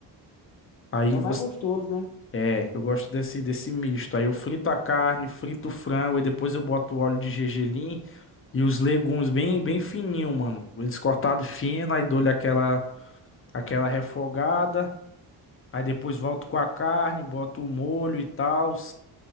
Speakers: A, on the left (about 30°); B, on the left (about 80°).
A: Aí
B: É o
A: você,
B: mais gostoso, né?
A: é, eu gosto desse desse misto. Aí eu frito a carne, frito o frango, aí depois eu boto o óleo de gergelim e os legumes bem bem fininho, mano. Eles cortados fino, aí dou-lhe aquela aquela refogada. Aí depois volto com a carne, boto o molho e tal.